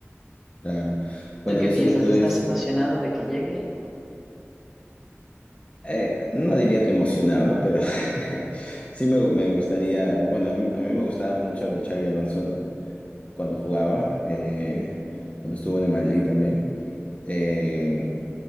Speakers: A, on the left (about 30°); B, in the centre.
A: Claro.
B: ¿Tú
A: Bueno,
B: qué
A: yo
B: piensas?
A: sé que tú
B: ¿Estás
A: eres,
B: emocionado de que llegue?
A: eh, no diría que emocionado, pero <laughs> sí me, me gustaría, bueno, a mí, a mí me gustaba mucho Xavi Alonso cuando jugaba, eh, cuando estuvo en el Madrid también. Eh,